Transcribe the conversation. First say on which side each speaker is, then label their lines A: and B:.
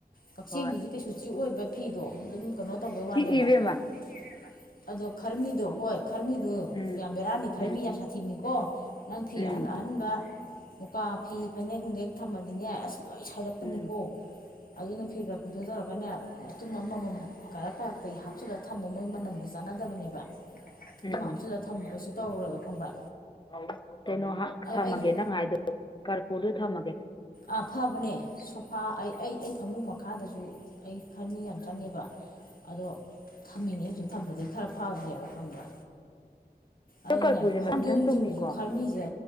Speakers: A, on the left; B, on the left.
A: ꯀꯛꯆꯦꯡꯗꯨꯗꯤ
B: ꯍꯣꯏ
A: ꯀꯩꯁꯨ ꯆꯤꯛꯑꯣꯏꯕ ꯐꯤꯗꯣ ꯑꯗꯨꯝ ꯀꯩꯅꯣ ꯇꯧꯕꯩ ꯋꯥꯅꯤ
B: ꯁꯤ ꯏꯕꯦꯝꯃ
A: <inaudible> ꯑꯗꯣ ꯈꯔꯃꯤꯗꯣ ꯍꯣꯏ ꯈꯔꯃꯤꯗꯣ
B: ꯎꯝ
A: ꯌꯥꯝ ꯕꯦꯔꯥꯅꯤ ꯈꯔꯃꯤ
B: ꯎꯝ
A: ꯌꯥꯝ ꯁꯥꯊꯤꯕꯅꯤꯀꯣ ꯅꯪ ꯐꯤ
B: ꯎꯝ
A: ꯑꯍꯟ ꯑꯍꯟ <unintelligible> ꯃꯨꯀꯥ ꯐꯤ ꯐꯅꯦꯛ ꯅꯨꯡꯗꯦꯛ ꯊꯝꯃꯗꯤꯅꯦ ꯑꯁ ꯂꯣꯏ ꯁꯥꯏꯗꯠꯄꯅꯤꯀꯣ
B: ꯎꯝ
A: ꯑꯗꯨꯅ ꯐꯤ ꯀꯔꯄꯨꯔꯗꯣ ꯇꯧꯔꯒꯅꯦ ꯃꯇꯨꯝ ꯑꯃꯃꯝ ꯀꯥꯔꯛ ꯀꯥꯔꯛꯛꯇ ꯍꯥꯞꯆꯤꯜꯂꯒ ꯊꯝꯃꯣ ꯃꯣꯏ ꯃꯅꯝꯗꯣ ꯑꯗꯨ ꯆꯥꯟꯅꯗꯕꯅꯦꯕ
B: ꯎꯝ
A: ꯑꯗꯨꯝ ꯍꯥꯞꯆꯤꯜꯂꯒ ꯊꯝꯃꯣ ꯀꯩꯁꯨ ꯇꯧꯔꯔꯣꯏꯕ ꯈꯪꯕ꯭ꯔꯥ
B: ꯑꯧ ꯀꯩꯅꯣ ꯍꯥ ꯊꯝꯃꯒꯦ
A: ꯑꯩꯁꯨ
B: ꯅꯪ ꯍꯥꯏꯗꯣ ꯀꯔꯄꯨꯔꯗꯣ ꯊꯝꯃꯒꯦ
A: ꯑ ꯐꯕꯅꯦ ꯁꯣꯐꯥ ꯑꯩ ꯑꯩ ꯑꯩ ꯐꯃꯨꯡ ꯃꯈꯥꯗꯁꯨ ꯑꯩ ꯈꯔ ꯃꯤ ꯌꯥꯝ ꯆꯪꯉꯦꯕ ꯑꯗꯣ ꯊꯝꯃꯤꯅꯦ ꯍꯧꯖꯤꯛ
B: ꯎꯝ
A: ꯊꯝꯕꯗꯒꯤ ꯈꯔ ꯐꯈ꯭ꯔꯦꯕ ꯐꯪꯕ꯭ꯔ
B: ꯑꯗꯣ
A: ꯑꯩꯅꯦ
B: ꯀꯔꯄꯨꯔꯁꯦ ꯃꯊꯟ
A: ꯍꯧꯗꯣꯡꯁꯤꯡꯗꯨꯁꯨ
B: ꯃꯊꯟ ꯇꯨꯝꯃꯤꯀꯣ
A: ꯈꯥꯔꯃꯤꯁꯦ